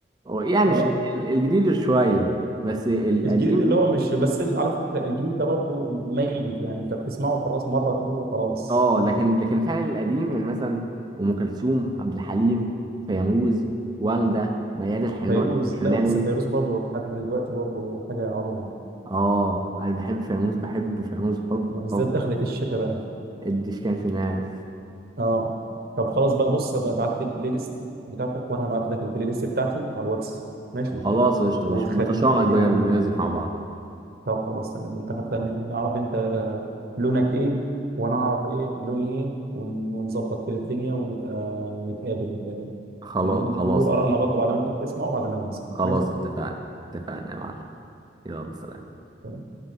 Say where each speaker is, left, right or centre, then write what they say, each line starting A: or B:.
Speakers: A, on the right; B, on the right.
A: أو يعني
B: اه
A: ش- ال- الجديد شويه بس القديم
B: الجديد اللي هو مش بس على فكرة الجديد ده برضه ميت يعني انت بتسمعه خلاص مرة اتنين وخلاص
A: اه لكن لكن فعلا القديم يعني مثلا ام كلثوم عبد الحليم فيروز وردة ميادة الحناوي
B: فيروز
A: الحناوي
B: لا بس فيروز برضه لحد دلوقتي برضه حاجة عظمة
A: اه انا بحب فيروز بحب فيروز حب
B: وبالذات
A: حب
B: دخلت الشتاء بقى
A: الدش كان في ناس
B: اه طب خلاص بقى بص ابقى ابعت لي البلاي ليست بتاعتك وانا هبعت لك البلاي ليست بتاعتي على الواتس ماشي
A: خلاص قشطه
B: وتخلي
A: ماشي نتشارك بقى
B: يعني
A: الميوزك مع
B: طب خلاص تمام انت حتى
A: بعض
B: ن- نعرف انت لونك ايه وانا اعرف ايه لوني ايه ون- ونظبط كده الدنيا ونبقى نتقابل
A: خلاص
B: نقول
A: خلاص
B: آرائنا برضه بعد ما أنت بتسمع وبعد ما أنا بسمع
A: خلاص
B: ماشي؟
A: اتفقنا اتفقنا يا معلم يلا سلام
B: تمام.